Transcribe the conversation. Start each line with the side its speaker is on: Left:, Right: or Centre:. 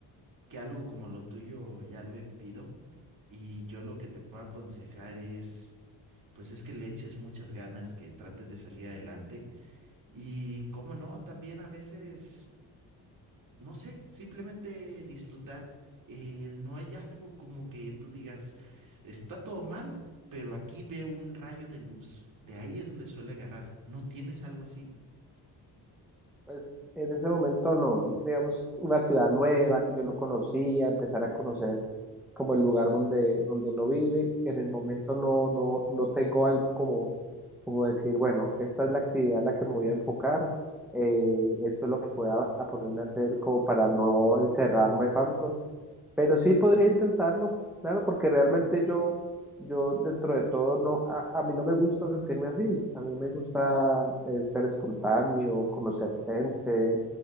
Right: que algo como lo tuyo ya lo he vivido. Y yo lo que te puedo aconsejar es, pues es que le eches muchas ganas, que trates de salir adelante. Y cómo no, también a veces no sé, simplemente disfrutar. Eh, no hay algo como que tú digas, está todo mal, pero aquí veo un rayo de luz. De ahí es donde suele agarrar. ¿No tienes algo así?
Centre: Pues en ese momento no, digamos, una ciudad nueva que yo no conocía, empezar a conocer como el lugar donde, donde uno vive. En el momento no, no, no tengo algo como, como decir, bueno, esta es la actividad en la que me voy a enfocar, eh, eso es lo que voy a, a ponerme a hacer como para no encerrarme tanto, pero sí podría intentarlo, claro, porque realmente yo, yo dentro de todo no, a, a mí no me gusta sentirme así, a mí me gusta eh, ser espontáneo, conocer gente,